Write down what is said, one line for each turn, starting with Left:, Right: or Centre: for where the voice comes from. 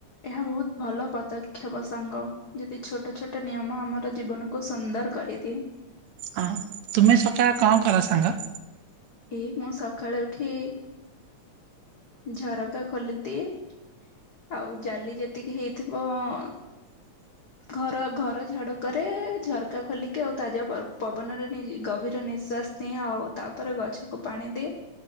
Left: ଏହା ବହୁତ ଭଲ ପଦକ୍ଷେପ ସାଙ୍ଗ ଯଦି ଛୋଟ ଛୋଟ ନିୟମ ଆମର ଜୀବନ କୁ ସୁନ୍ଦର କରିଦିଏ।
Right: ହଁ ତୁମେ ସକାଳେ କଣ କର ସାଙ୍ଗ?
Left: ଏଇ ମୁଁ ସକାଳ ଉଠି ଝରକା ଖୋଲିଦିଏ। ଆଉ ଜାଲି ଯେତିକି ହେଇଥିବ ଅ ଅ ଘର ଘର ଝାଡୁକରେ ଝରକା ଖୋଲିକି ଆଉ ତାଜା ପବନରେ ଗଭୀର ନିଶ୍ୱାସ ନିଏ ଆଉ ତାପରେ ଗଛକୁ ପାଣି ଦିଏ।